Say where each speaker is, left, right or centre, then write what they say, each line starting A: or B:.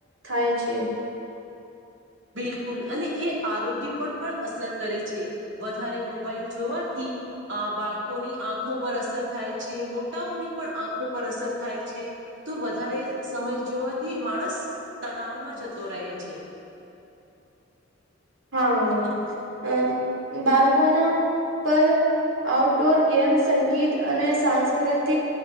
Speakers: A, on the right; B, on the right.
A: થાય છે.
B: બિલકુલ અને એ આરોગ્ય પણ પણ અસર કરે છે. વધારે મોબાઈલ જોવાથી આ બાળકોની આંખો પર અસર થાય છે, મોટાઓની પણ આંખો પર અસર થાય છે. તો વધારે સમય જોવાથી માણસ તણાવમાં જતો રહે છે.
A: હા અમ-મ બાલકોના પર આઉટડોર ગેમ, સંગીત અને સાંસ્ક્રતિક